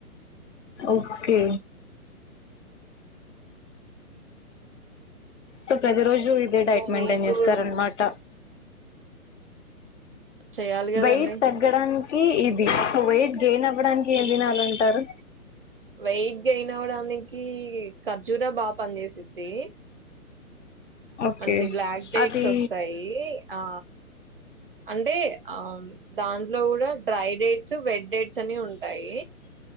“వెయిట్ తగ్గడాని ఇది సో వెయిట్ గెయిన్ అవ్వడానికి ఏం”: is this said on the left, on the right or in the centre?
Left